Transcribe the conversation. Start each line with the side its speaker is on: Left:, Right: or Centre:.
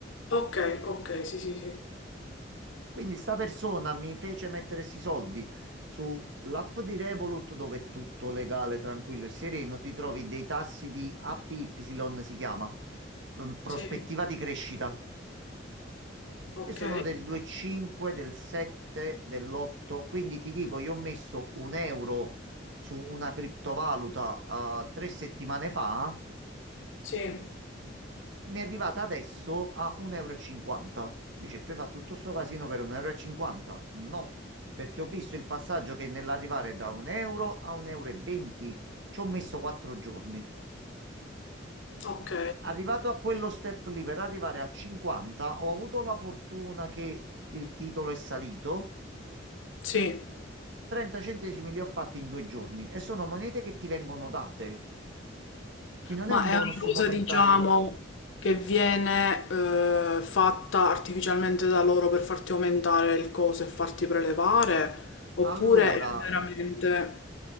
Left: Ok, ok, sì, sì, sì.
Right: Quindi sta persona mi fece mettere questi soldi sull'app di Revolut dove è tutto legale, tranquillo e sereno, ti trovi dei tassi di APY, si chiama, ehm, prospettiva
Left: Sì,
Right: di crescita,
Left: ok,
Right: che sono del 2,5, del 7, dell'8. Quindi ti dico, io ho messo un euro su una criptovaluta, eh, tre settimane fa.
Left: sì,
Right: mi è arrivata adesso a 1,50 euro. e cinquanta. Dice, tu hai fatto tutto sto casino per 1,50 euro? e cinquanta? No, perché ho visto il passaggio che nell'arrivare da 1 euro a 1,20 euro e venti ci ho messo 4 giorni.
Left: ok,
Right: Arrivato a quello step lì per arrivare a 50, ho avuto la fortuna che il titolo è salito.
Left: sì.
Right: 30 centesimi li ho fatti in due giorni e sono monete che ti vengono date. Quindi non
Left: Ma
Right: è un
Left: è
Right: bonus
Left: una cosa,
Right: momentaneo.
Left: diciamo, che viene eh, fatta artificialmente da loro per farti aumentare il coso e farti prelevare? Oppure
Right: Allora,
Left: è veramente...